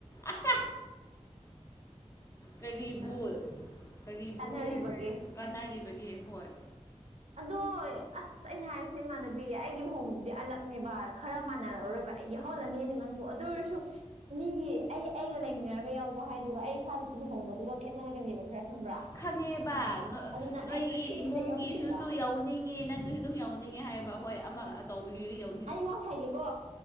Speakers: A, on the left; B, on the right.
A: ꯑꯁꯥ ꯀꯔꯤꯕꯨ
B: ꯎꯝ
A: ꯀꯔꯤꯕꯨ
B: ꯇꯥꯟꯅꯔꯤꯕꯒꯦ
A: ꯀꯥꯟꯅꯔꯤꯕꯒꯦ ꯍꯣꯏ
B: ꯑꯗꯣ ꯑꯁ ꯑꯩꯅ ꯍꯥꯏꯔꯤꯁꯦ ꯏꯃꯥꯟꯅꯕꯤ ꯑꯩꯒꯤ ꯂꯨꯍꯣꯡꯕꯗꯨꯗꯤ ꯑꯜꯂꯛꯅꯦꯕ ꯈꯔ ꯃꯥꯟꯅꯔꯛꯑꯔꯣꯏꯕ ꯌꯥꯎꯍꯜꯂꯅꯤꯅꯦ ꯅꯪꯕꯨ ꯑꯗꯨ ꯑꯣꯏꯔꯁꯨ ꯃꯤꯒꯤ ꯑꯩ ꯑꯩꯒ ꯂꯩꯃꯤꯟꯅꯔꯒ ꯌꯥꯎꯕ ꯍꯥꯏꯗꯨꯒ ꯑꯩ ꯏꯁꯥ ꯂꯨꯍꯣꯡꯕꯗꯨꯒ ꯈꯦꯠꯅꯔꯒꯅꯦꯕ ꯈꯔ ꯈꯪꯕ꯭ꯔꯥ
A: ꯈꯪꯉꯦꯕ
B: ꯑꯗꯨꯅ
A: ꯅꯣꯏꯒꯤ
B: ꯑꯩꯒꯤ ꯏꯆꯦꯒꯤꯗ
A: ꯏꯃꯨꯡꯒꯤꯁꯤꯁꯨ
B: ꯌꯥꯎꯁꯦꯕ
A: ꯌꯧꯋꯤ ꯅꯤꯡꯅꯤꯡꯉꯦ ꯅꯪꯒꯤꯁꯨ ꯑꯗꯨꯝ ꯌꯧꯅꯤꯡꯉꯦ ꯍꯥꯏꯕ ꯍꯣꯏ ꯑꯃ ꯑꯆꯧꯕꯤꯒꯤꯁꯨ ꯌꯧꯅꯤꯡ
B: ꯑꯩ ꯋꯥ ꯑꯃ ꯍꯥꯏꯒꯦꯀꯣ